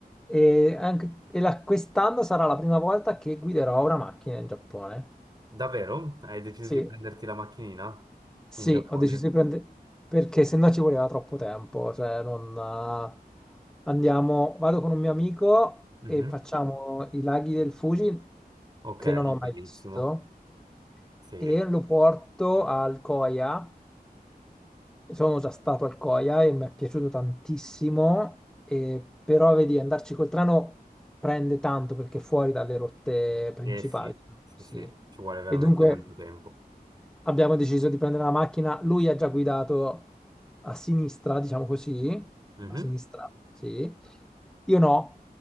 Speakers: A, in the centre; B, on the right.
A: E, anche, e la- quest'anno sarà la prima volta che guiderò una macchina in Giappone.
B: Davvero? Hai deciso
A: Sì,
B: di prenderti la macchinina
A: Sì,
B: in Giappone?
A: ho deciso di prendere perché se no ci voleva troppo tempo, cioè non eh, andiamo, vado con un mio amico
B: Mhm.
A: e facciamo i laghi del Fuji
B: Ok,
A: che non ho mai
B: bellissimo.
A: visto
B: Sì,
A: e lo porto al Coia. Sono già stato al Coia e mi è piaciuto tantissimo, e- però vedi, andarci col treno prende tanto perché è fuori dalle rotte principali,
B: eh sì,
A: diciamo
B: sì,
A: così.
B: sì, ci vuole veramente
A: E dunque
B: tanto tempo.
A: abbiamo deciso di prendere la macchina. Lui ha già guidato a sinistra, diciamo così,
B: Mhm.
A: a sinistra, sì. Io no.